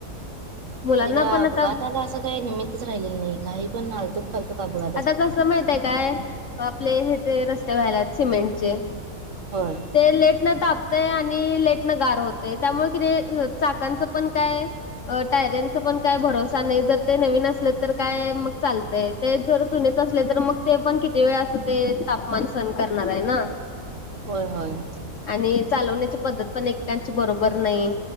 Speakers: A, on the left; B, on the right.
A: मुलांना
B: म्हणजे इकडं अपघाताला
A: पण आता
B: असं काही निमित्तच राहिलेलं नाही काही पण आलतोफालतो अपघात
A: आता कसं माहित आहे काय आपले हे ते रस्ते व्हायलात सिमेंटचे
B: होय
A: ते लेट न तापतय आणि लेटन गार होतय त्यामुळे क <unintelligible> चाकांचं पण काय टायऱ्यांचा पण काय भरोसा नाही जर ते नवीन असले तर काय मग चालतय ते जर जुनेच असले तर मग ते पण किती वेळ असं ते तापमान सण करणार आहे ना
B: होय होय
A: आणि चालवण्याची पद्धत पण ऐकेकांची बरोबर नाही